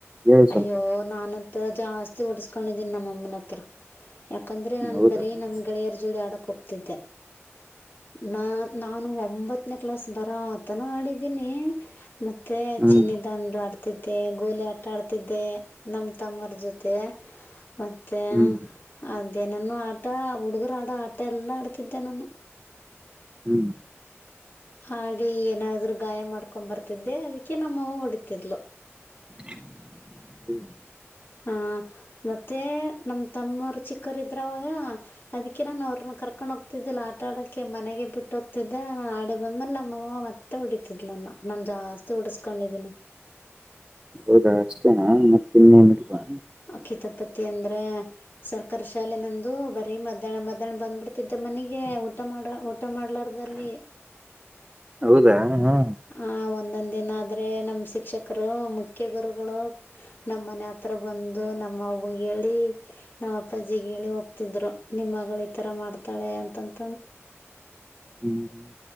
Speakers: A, on the right; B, on the left.
A: ಹೇಳಿ ಸ್ವಲ್ಪ
B: ಅಯ್ಯೋ ನಾನಂತು ಜಾಸ್ ತಿ ಹೊಡುಸ್ಕಂಡಿದೀನಿ ನಮ್ಮಮ್ಮನ್ ಹತ್ರ ಯಾಕಂದ್ರೆ ನಾನ್
A: ಹೌದಾ
B: ಬರೀ
A: ಹ್ಮ್
B: ನಮ್ ಗೆಳೆಯರ ಜೋಡಿ ಆಡಕ್ ಕೂಗ್ತಿದ್ದೆ ನಾ ನಾನು ಹೊಡ್ ಒಂಬತ್ನೇ ಕ್ಲಾಸ್ ಬರಾ ತನ ಆಡಿದೀನಿ ಮತ್ತೆ
A: ಹ್ಮ್
B: ಚಿನ್ನಿ ದಾಂಡು ಆಡ್ತಿದ್ ತೇ ಗೋಲ್ ತ ಆಟಾಡ್ತಿದ್ದೆ ನಮ್ಮ ತಮ್ಮರ ಜೊತೆ. ಮತ್ತೆ
A: ಹ್ಮ್
B: ಅದು. ಇದೇ ನಾನು ಆಟ ಹುಡುಗರು ಆಡ ಆಟ ಎಲ್ಲಾ ಆಡ್ತಿದ್ದೆ ನಾನು.
A: ಹ್ಮ್.
B: ಆಡಿ ಏನಾದ್ರು ಗಾಯ ಮಾಡ್ಕೊಂಡ್ ಬರ್ತಿದ್ದೆ ಅದಕ್ಕೆ ನಮ್ಮವು ಹೊಡಿತಿದ್ಲು.
A: ಹ್ಮ್.
B: ಹಾ ಮತ್ತೆ ನಮ ತಮ್ಮರು ಚಿಕ್ಕರ ಇದ್ರವಾಗ ಅದಕ್ಕೆ ನಾನು ಅವ್ರನ್ನ ಕರ್ಕೊಂಡ್ ಹೋಗ್ತಿದ್ದಿಲ್ಲ ಆಟಾ ಆಡಕ್ಕೆ ಮನೆಗೆ ಬಿಟ್ಟ ಹೋಗ್ತಿದ್ದೆ ನಾನನ್ ಆಡಿ ಬಂದ್ಮೇಲೆ ನಮ್ಮಮ್ಮವ ಮತ್ತೆ ಹೊಡಿತಿದ್ಲನ್ನ ನಾನ್ ಜಾಸ್ತಿ ಉಡಸ್ಕೊಂಡಿದೀನಿ
A: ಹೌದಾ ಅಷ್ಟೇನಾ ಮತ್ತ ಇನ್ನೇನ್ ಇಲ್ವಾ.
B: ಅಕ್ಕಿತಪತಿ ಅಂದ್ರೆ ಸರ್ಕಾರಿ ಶಾಲೆ ನಂದು ಬರೀ ಮಧ್ಯಾಹ್ನ ಮಧ್ಯಾಹ್ನ ಬನ್ಡಬಿಡ್ತ್. ಮನಗೆ ಊಟ ಮಾಡ ಊಟ ಮಾಡ್ಲಾರಲ್ಲಿ
A: ಹೌದಾ ಹಾ
B: ಆ ಒಂದೊಂದಿನ ಆದ್ರೆ ನಮ್ ಶಿಕ್ಷಕರು ಮುಖ್ಯ ಗುರುಗಳು ನಮ್ಮ್ ಮನೆ ಹತ್ರ. ಬಂದು ನಮ್ಮ ಹೇಳಿ ನಮ್ಮ ಅಪ್ಪಾಜಿ ಹೋಗ್ತಿದ್ರು ನಿಮ್ಮ ಮಗಳು ಈ ತರ ಮಾಡ್ತಾಳೆ ಅಂತಂತ.
A: ಹ್ಮ್ ಹ್ಮ್.